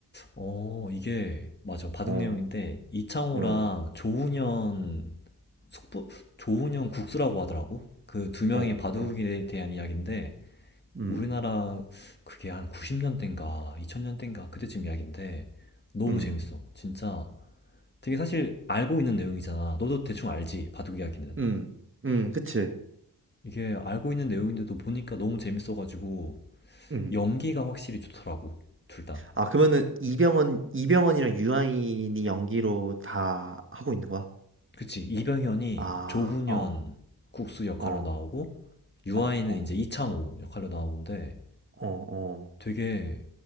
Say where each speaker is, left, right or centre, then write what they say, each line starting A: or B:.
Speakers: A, on the left; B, on the right.
A: 어, 이게, 맞아. 바둑
B: 어,
A: 내용인데, 이창호랑
B: 어,
A: 조훈현, 숙부, 조훈현 국수라고 하더라고. 그 두 명의
B: 어,
A: 바둑에
B: 어.
A: 대한 이야기인데,
B: 음,
A: 우리나라 그게 한 90년대인가, 2000년대인가, 그때쯤 이야기인데, 너무
B: 음,
A: 재밌어. 진짜. 되게 사실 알고 있는 내용이잖아. 너도 대충 알지, 바둑 이야기는.
B: 음, 음, 그치.
A: 이게 알고 있는 내용인데도 보니까 너무 재밌어가지고,
B: 음.
A: 연기가 확실히 좋더라고. 둘 다.
B: 아, 그러면은 이병헌, 이병헌이랑 유아인이 연기로 다 하고 있는 거야?
A: 그치. 이병현이
B: 아,
A: 조훈현
B: 어,
A: 국수 역할로
B: 어,
A: 나오고, 유아인은
B: 어, 어,
A: 이제 이창호 역할로 나오는데,
B: 어, 어,
A: 되게,